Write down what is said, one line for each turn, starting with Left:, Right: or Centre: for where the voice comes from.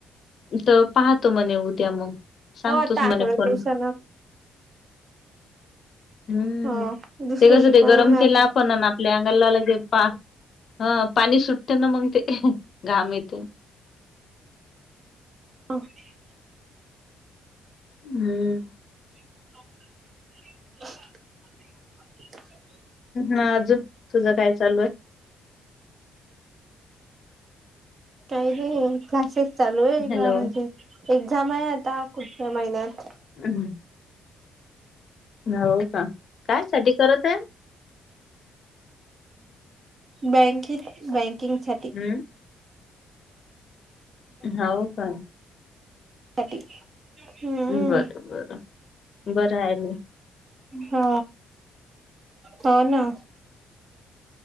Left: तर पाहतो म्हणे उद्या मग, सांगतोच
Right: हो आता
Left: म्हणे
Right: थोड्या
Left: फोन
Right: दिवसान
Left: हम्म.
Right: ह दुसरं
Left: ते कस
Right: शिकवा
Left: ते गरम
Right: म्हणा
Left: केल
Right: आता.
Left: आपण आपल्या अंगाला लावल ते पा. पाणी सुटते ना मग ते घाम येते.
Right: <unintelligible>
Left: हम्म
Right: <unintelligible>
Left: हा. अजून तुझ काय चालू आहे?
Right: काही नाही क्लासेस चालू आहे
Left: हॅलो
Right: <unintelligible> एक्झाम आहे आता पुढच्या महिन्यात.
Left: हम्म हो का. काय स्टडी करत आहे?
Right: बँँकेत बँकिंगसाठी.
Left: हम् हो का
Right: साठी हम्म
Left: बर बर बर आहे म
Right: हा. हो ना